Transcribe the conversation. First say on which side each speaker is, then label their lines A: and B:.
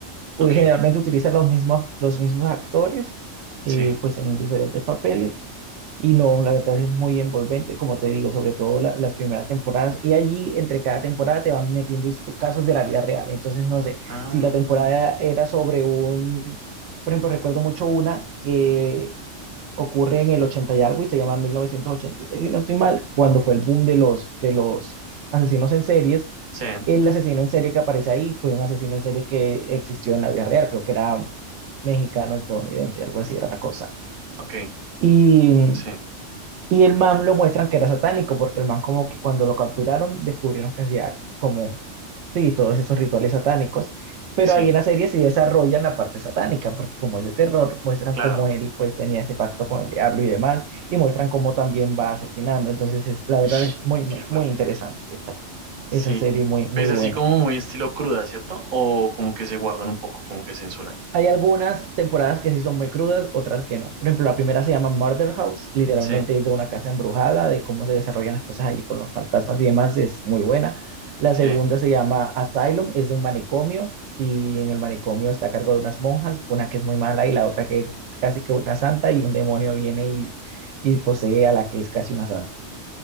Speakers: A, on the right; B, on the right.
A: Uy,
B: ok.
A: generalmente utilizan los mismos, los mismos actores, eh,
B: Sí.
A: pues en diferentes papeles, y no, la verdad es muy envolvente, como te digo, sobre todo la- las primeras temporadas, y allí entre cada temporada te van metiendo histo- casos de la vida real, entonces no sé,
B: Ah,
A: si la temporada era sobre un, por ejemplo, recuerdo mucho una que ocurre en el 80 y algo y se llama 1986, si no estoy mal, cuando fue el boom de los, de los asesinos en series.
B: sí,
A: El asesino en serie que aparece ahí fue un asesino en serie que existió en la vida real, creo que era mexicano, estadounidense, algo así era la cosa.
B: ok,
A: Y
B: sí,
A: y el man lo muestran que era satánico, porque el man como que cuando lo capturaron descubrieron que hacía como, sí, todos esos rituales satánicos, pero
B: sí,
A: ahí en la serie sí desarrollan la parte satánica, porque como es de terror, muestran
B: claro.
A: cómo él pues tenía este pacto con el diablo y demás, y muestran cómo también va asesinando, entonces es, la verdad
B: Ish,
A: es muy, muy,
B: qué fuerte.
A: muy interesante esa,
B: Sí,
A: esa serie, muy, muy
B: pues
A: buena.
B: así como muy estilo cruda, ¿cierto? O como que se guardan un poco, como que censuran.
A: Hay algunas temporadas que sí son muy crudas, otras que no. Por ejemplo, la primera se llama Murder House, literalmente
B: Sí,
A: es de una casa embrujada, de cómo se desarrollan las cosas allí con los fantasmas y demás, es muy buena. La
B: sí,
A: segunda se llama Asylum, es de un manicomio y en el manicomio está a cargo de unas monjas, una que es muy mala y la otra que es casi que una santa y un demonio viene y, y posee a la que es casi una santa.